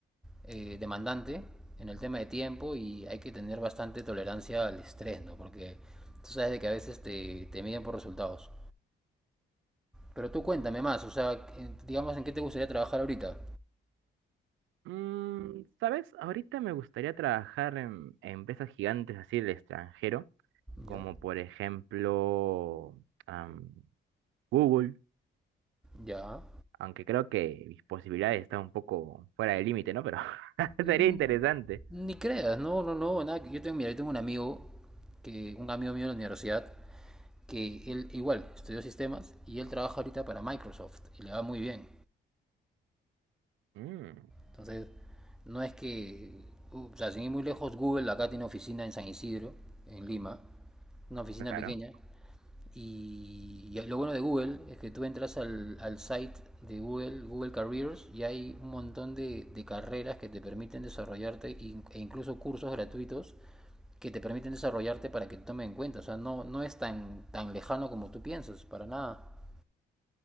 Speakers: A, in the centre; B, on the right.
A: eh, demandante en el tema de tiempo y hay que tener bastante tolerancia al estrés, ¿no? Porque tú sabes de que a veces te, te miden por resultados. Pero tú cuéntame más, o sea, en- digamos en qué te gustaría trabajar ahorita.
B: Mm, ¿sabes? Ahorita me gustaría trabajar en, en empresas gigantes así del extranjero, como
A: Ya.
B: por ejemplo am, Google,
A: Ya.
B: aunque creo que mis posibilidades están un poco fuera del límite, ¿no? Pero <laughs>
A: Mm,
B: sería interesante.
A: Ni creas, no, no, no, nada. que- Yo tengo, mira, yo tengo un amigo, que, un amigo mío de la universidad, que él igual estudió sistemas y él trabaja ahorita para Microsoft y le va muy bien.
B: Mm,
A: Entonces, no es que, uh, o sea, sin ir muy lejos, Google acá tiene oficina en San Isidro, en Lima, una oficina
B: claro.
A: pequeña. Y, y lo bueno de Google es que tú entras al, al site de Google, Google Careers, y hay un montón de, de carreras que te permiten desarrollarte e in- e incluso cursos gratuitos que te permiten desarrollarte para que te tomen en cuenta. O sea, no, no es tan, tan lejano como tú piensas, para nada.